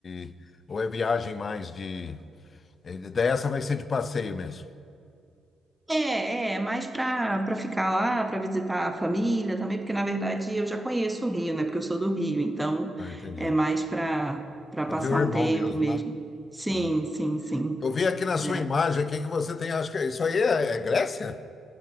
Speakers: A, on the left (about 45°); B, in the centre.
A: de- ou é viagem mais de é, dessa vai ser de passeio mesmo.
B: É, é, mais para para ficar lá, para visitar a família também, porque na verdade eu já conheço o Rio, né? Porque eu sou do Rio, então
A: Ah, entendi.
B: é mais para para
A: Para
B: passar
A: ver o irmão
B: um tempo
A: mesmo,
B: mesmo.
A: né?
B: Sim,
A: Ah.
B: sim, sim.
A: Eu vi aqui na sua
B: É,
A: imagem aqui que você tem, acho que isso aí é, é Grécia?